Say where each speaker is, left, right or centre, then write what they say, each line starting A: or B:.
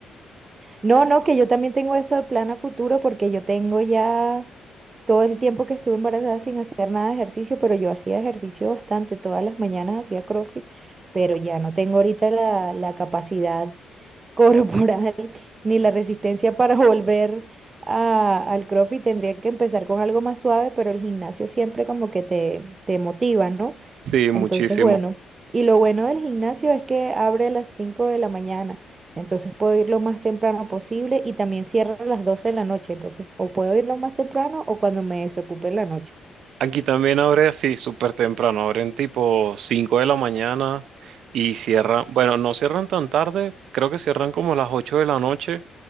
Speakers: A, on the right; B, on the right.
A: no, no, que yo también tengo eso de plan a futuro porque yo tengo ya todo el tiempo que estuve embarazada sin hacer nada de ejercicio, pero yo hacía ejercicio bastante, todas las mañanas hacía CrossFit, pero ya no tengo ahorita la, la capacidad <laughs> corporal ni la resistencia para volver a- al CrossFit. Tendría que empezar con algo más suave, pero el gimnasio siempre como que te, te motiva, ¿no?
B: Sí, muchísimo.
A: Entonces, bueno, y lo bueno del gimnasio es que abre a las 5 de la mañana, entonces puedo ir lo más temprano posible y también cierra a las 12 de la noche, entonces o puedo ir lo más temprano o cuando me desocupe en la noche.
B: Aquí también abre así súper temprano, abren tipo 5 de la mañana y cierran, bueno, no cierran tan tarde, creo que cierran como a las 8 de la noche,